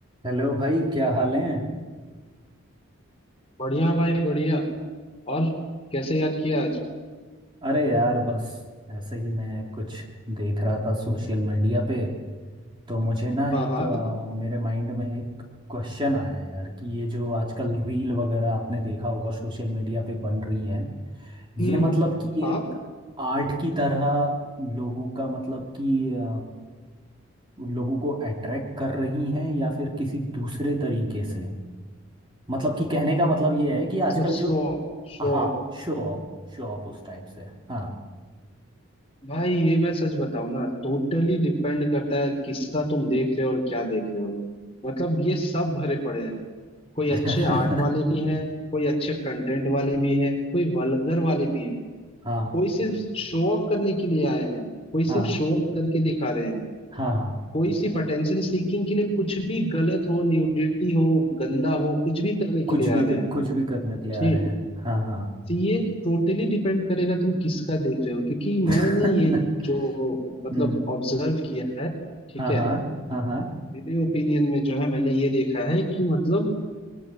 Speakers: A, on the right; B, on the left.
A: हेलो भाई क्या हाल है
B: बढ़िया भाई बढ़िया और कैसे याद किया आज
A: अरे यार बस ऐसे ही मैं कुछ देख रहा था सोशल मीडिया पे तो मुझे ना
B: हाँ
A: एक
B: हाँ
A: अ, मेरे माइंड में एक क्वेश्चन आया यार कि ये जो आजकल रील वगैरह आपने देखा होगा सोशल मीडिया पे बन रही है
B: हम्म
A: ये मतलब कि
B: हाँ
A: एक आर्ट की तरह लोगों का मतलब कि अ, लोगों को अट्रैक्ट कर रही हैं या फिर किसी दूसरे तरीके से मतलब कि कहने का मतलब ये है कि
B: मतलब
A: आजकल जो
B: शो शो
A: हाँ शो ऑफ शो ऑफ उस टाइप से हाँ
B: भाई ये मैं सच बताऊं ना टोटली डिपेंड करता है किसका तुम देख रहे हो और क्या देख रहे हो मतलब ये सब भरे पड़े हैं कोई
A: <laughs>
B: अच्छे आर्ट वाले भी हैं कोई अच्छे कंटेंट वाले भी हैं कोई वल्गर वाले भी हैं
A: हाँ
B: कोई सिर्फ शो ऑफ करने के लिए आए हैं कोई
A: हाँ
B: सिर्फ शो ऑफ करके दिखा रहे हैं
A: हाँ हाँ
B: कोई सिर्फ अटेंशन सीकिंग के लिए कुछ भी गलत हो न्यूडिटी हो गंदा हो कुछ भी करने
A: कुछ
B: के लिए
A: भी
B: आ
A: दे-
B: रहे हैं
A: कुछ भी करने के लिए आ
B: ठीक
A: रहे हैं हाँ हाँ
B: तो ये टोटली डिपेंड करेगा तुम किसका देख रहे हो क्योंकि
A: <laughs>
B: मैंने ये जो मतलब
A: हम्म
B: ऑब्जर्व किया है ठीक
A: हाँ
B: है
A: हाँ हाँ हाँ
B: मेरे ओपिनियन में जो है मैंने ये देखा है कि मतलब